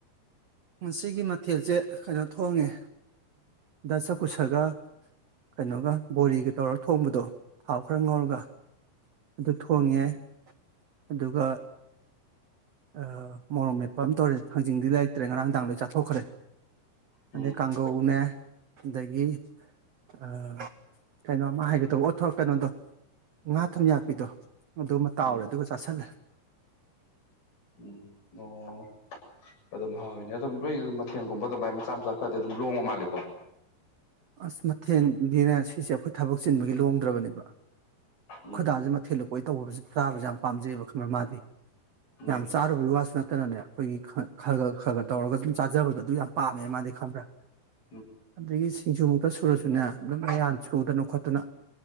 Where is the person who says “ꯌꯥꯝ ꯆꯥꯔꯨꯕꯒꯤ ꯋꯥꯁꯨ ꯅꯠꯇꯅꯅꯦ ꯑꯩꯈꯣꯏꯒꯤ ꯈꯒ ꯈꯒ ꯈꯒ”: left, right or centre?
Right